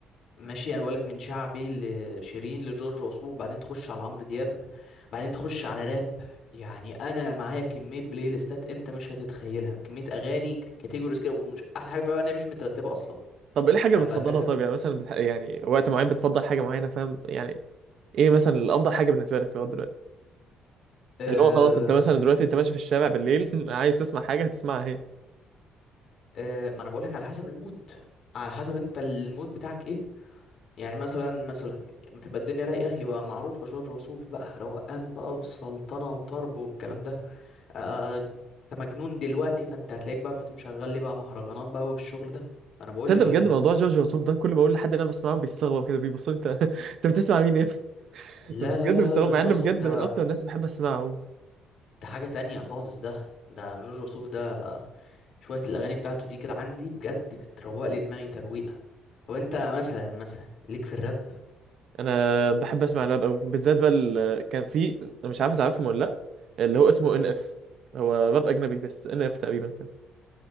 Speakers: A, on the left; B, on the right.
A: ماشي انا بقولك من شعبي لشيرين لجورج وسوف بعدين تخش على عمرو دياب بعدين تخش على راب يعني انا معايا كميه بلاي ليستات انت مش هتتخيلها كميه اغاني كاتيجوريز كده ومش احلى حاجه فيها ان هي مش مترتبه اصلا
B: طب ايه الحاجه
A: فاهم
B: اللي بتفضلها
A: بقى الفكره
B: طب يعني مثلا بتح... يعني وقت معين بتفضل حاجه معينه فاهم يعني ايه مثلا الافضل حاجه بالنسبه لك لو
A: أه
B: اللي هو خلاص انت مثلا دلوقتي انت ماشي في الشارع بالليل <laughs> عايز تسمع حاجه هتسمعها اهي
A: أه ما انا بقولك على حسب المود على حسب انت المود بتاعك ايه يعني مثلا مثلا يعني لما تبقى الدنيا رايقه يبقى معروفه جورج وسوف بقى روقان بقى وسلطنه وطرب والكلام ده آه، انت مجنون دلوقتي فانت هتلاقيك بقى رحت مشغل لي بقى مهرجانات بقى والشغل ده انا بقول
B: تصدق
A: لك
B: بجد
A: يعني
B: موضوع جورج وسوف ده كل ما اقول لحد إن انا بسمعه بيستغرب كده بيبص لي انت <laughs> انت بتسمع مين يا ابني <laughs>
A: لا
B: بجد
A: لا لا
B: بيستغرب
A: لا جورج
B: مع انه
A: وسوف
B: بجد
A: ده
B: من اكتر الناس بحب اسمعه
A: ده حاجة تانية خالص ده ده جورج وسوف ده شوية الأغاني بتاعته دي كده عندي بجد بتروق لي دماغي ترويقة طب أنت مثلا مثلا ليك في الراب؟
B: انا بحب اسمع راب قوي بالذات بقى ال... كان في أنا مش عارف تعرفهم ولا لا اللي هو اسمه
A: مم.
B: ان اف هو راب اجنبي بس ان اف تقريبا كده.